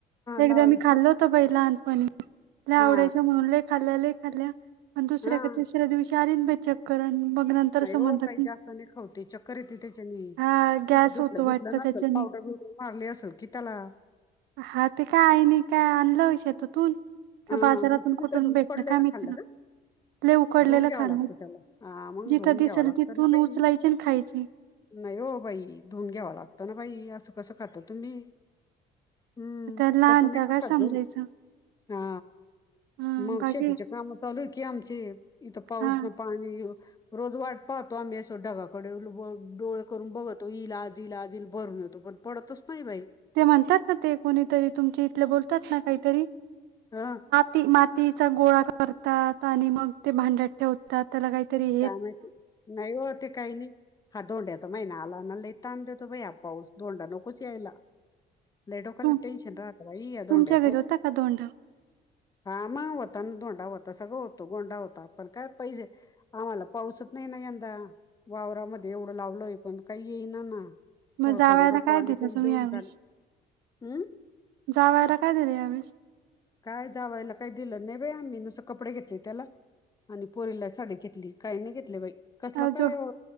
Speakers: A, on the right; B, on the left.
A: एकदा
B: लावायची
A: मी खाल्ल होत बाई लहानपणी आवडाय
B: हा
A: म्हणून लय खाल्या लय खाल्ल्या आणि दुसऱ्या
B: हा
A: का तिसऱ्या दिवशी आली बा चक्कर आणि मग नंतर
B: नाही
A: समजलं
B: हो ताई
A: की
B: जास्त नाही खाऊ ते चक्कर येते तेच्यानी
A: हा गॅस
B: तू दुध
A: होतो वाटतं
B: न नसल
A: त्याच्याने
B: पावडर बिवडर मारली असेल की त्याला?
A: हा ते काय आईने काही आणलं शेतातून का
B: हा
A: बाजारातून
B: मग तुम्ही
A: कुठून
B: तसं
A: भेटलं
B: उकडलेलं
A: काय मीतीन
B: खाल्लं
A: आपले
B: का
A: उकडलेलं
B: धुवून घ्यावं
A: खाल
B: लागतं त्याला हा मग
A: जिथं
B: धुवून
A: दिसेल
B: घ्यावं लागतं
A: तिथून
B: ना बाई
A: उचलायचे आणि खायचे?
B: नाही हो बाई धुऊून घ्यावा लागतं ना बाई असं कसं खातो तुम्ही हम्म
A: त्या लहान
B: तस
A: त्या
B: मी <unintelligible>
A: काय समजायचं
B: जाऊ हा
A: हा
B: मग
A: बाकी
B: शेतीच्या काम चालू आहे की आमचे इथं पाऊस
A: हा
B: न पाणी रोज वाट पाहतो आम्ही अस ढगाकडे डोळे करून बघतो ईल आज इल आज ईल भरून येतो पण पडतच नाही बाई?
A: ते म्हणतात ना ते कोणीतरी तुमचे इथले बोलतात ना काहीतरी
B: हा
A: ती मातीचा गोळा करतात आणि मग ते भांड्यात ठेवतात ता त्याला काहीतरी.
B: का मा नाही हो ते काही नाही हा दोंड्याचा महिना आला नाला ताण देतो भै हा पाऊस दोंडा नकोच यायला लईटोकला
A: तु
B: टेनशन रायई अ
A: तुमच्या
B: दोड्याच,
A: घरी होता का दोंडा
B: फामा होता ना दोंडा होता सगळं होतो, गोंडा होता पण काय पैसे आम्हाला पाऊसच नाही ना यंदा, वावरामध्ये एवढं लावलो आहे पण काही येईना ना.
A: मग
B: थोडं
A: जावायला
B: थोडी रोप
A: काय
B: आली
A: दिलं
B: ते
A: तुम्ही
B: देऊन
A: यावेळेस
B: झाली हम्म
A: जावायला काय दिलं यामेस
B: काय जावायला काही दिलं नाही बा आम्ही नुसं कपडे घेतले त्याला. आणि पोरीला साडी घेतली काही नाही घेतले बाई कसलं
A: अ
B: काय
A: जो
B: हो?